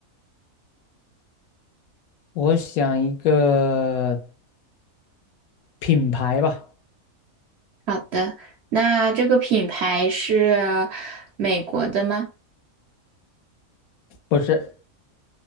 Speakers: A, on the left; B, on the right.
A: 我想一个品牌吧，
B: 好的。那这个品牌是美国的吗？
A: 不是，